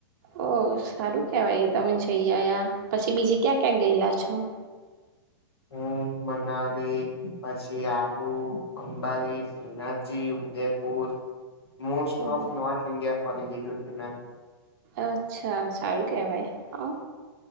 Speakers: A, on the right (about 45°); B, on the left (about 85°).
A: ઓ સારું કેવાય તમે જઈ આ્યા પછી બીજે ક્યાં ક્યાં ગયેલા છો? <inaudible>
B: હમ્મ મનાલી પછી આબુ અંબાલી Shrinathji Udaipur. Most
A: oh
B: of north India ફરી દીધું છે ને.
A: અચ્છા સારું કેવાય.